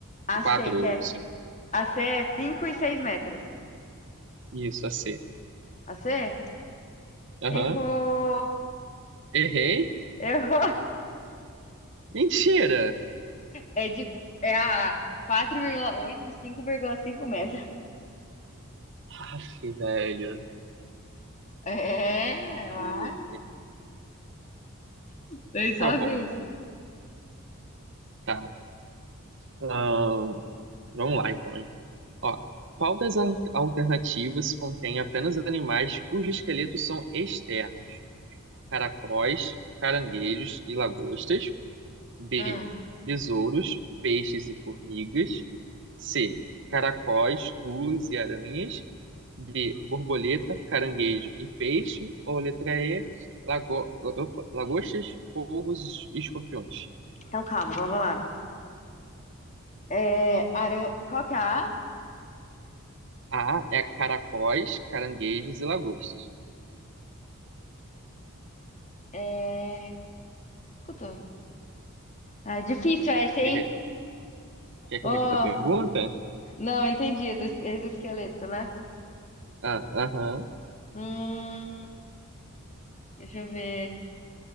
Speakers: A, on the left (about 30°); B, on the right (about 55°).
A: a
B: Quatro,
A: C, que é?
B: cinco,
A: A C é 5 e 6 metros.
B: Isso, a C.
A: A C?
B: Aham.
A: Errou!
B: Errei?
A: Errou! <laughs>
B: Mentira!
A: É de, é a A. quatro vírgula oito e cinco vírgula cinco metros. <laughs>
B: Aff, velho.
A: É,
B: Tá maluco.
A: vai. Foi só
B: Tá bom,
A: vez.
B: tá. Ahn, vamos lá, então, hein? Ó, qual das al- alternativas contém apenas animais cujos esqueletos são externos? Caracóis, caranguejos e lagostas. B.
A: Hum.
B: Besouros, peixes e formigas. C. Caracóis, lulas e aranhas. D. Borboleta, caranguejo e peixe. Ou letra E. Lago... opa, lagostas, polvos e escorpiões.
A: Então calma, vamos lá. É, ara... Qual que é a A?
B: A. É caracóis, caranguejos e lagostas.
A: É... Puta. É difícil essa, hein?
B: Quer que, quer que
A: Oh,
B: eu repita a pergunta?
A: não, entendi. Do exoesqueleto, né?
B: Ah, Aham.
A: Hum, deixa eu ver.